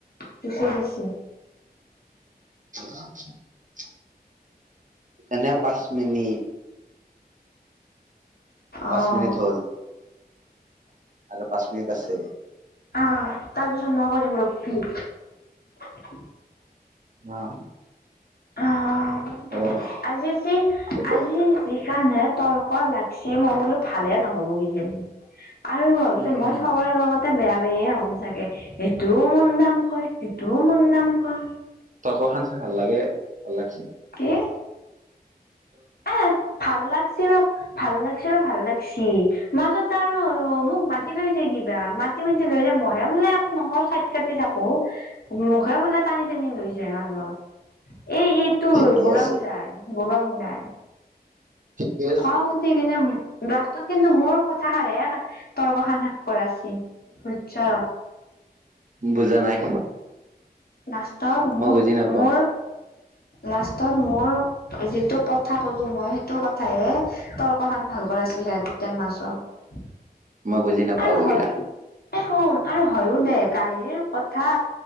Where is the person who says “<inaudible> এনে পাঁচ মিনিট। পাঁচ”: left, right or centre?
Right